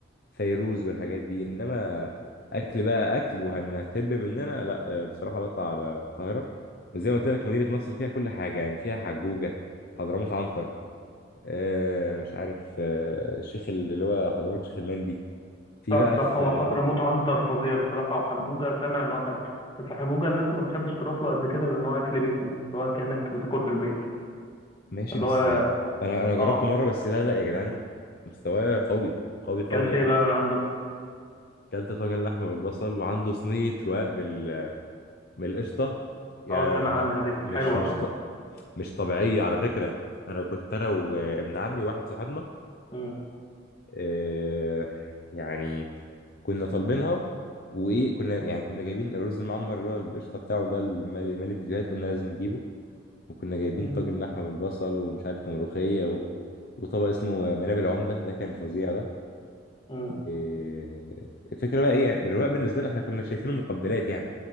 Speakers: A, on the left; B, on the left.
A: فيروز والحاجات دي انما اكل بقى اكل وهنهتب مننا لا آه، بصراحه بطلع على القاهره وزي ما قلت لك مدينه نصر فيها كل حاجه يعني فيها حجوجه حضرموت عنتر آه مش عارف آه الشيخ ال- اللي هو حضرموت شيخ المندي في
B: صح
A: بقى
B: صح
A: في
B: هو حضرموت عنتر فظيع بصراحة وحجوجة سامع إن هو حلو بس حجوجة الناس ما بتحبش تروح له قد كده لأن هو أكل بيتي يعني اللي هو كأنك بتاكل في البيت
A: ماشي
B: اللي
A: بس
B: هو
A: آه، انا انا جربته
B: آه
A: مره بس لا لا يا جدعان مستواه قوي قوي قوي
B: أكلت
A: يعني
B: إيه بقى من عنده؟
A: كلت طاجن لحمه بالبصل وعنده صينيه رقاق بال بالقشطه يعني
B: آه سامع عنها دي
A: مش
B: حلوة
A: مش
B: صح؟
A: مش طبيعية على فكرة أنا كنت أنا وابن عمي واحد صاحبنا
B: مم.
A: آه، يعني كنا طالبينها وإيه كنا يعني كنا جايبين الرز المعمر اللي هو القشطة بتاعه ده اللي مالي مالي فيديوهات قلنا لازم نجيبه وكنا جايبين
B: مم.
A: طاجن لحمة بالبصل ومش عارف ملوخية و... وطبق اسمه منابل العمدة ده كان فظيع ده
B: مم.
A: آه، الفكرة بقى إيه يعني الرواق بالنسبة لنا إحنا كنا شايفينه مقبلات يعني